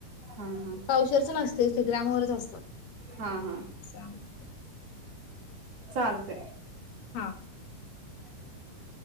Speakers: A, on the right; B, on the left.
A: हा हा
B: पावशेरच नसतयच ते ग्रामवरच असतं
A: हा हा
B: चालत
A: चालतय
B: हा
A: <unintelligible>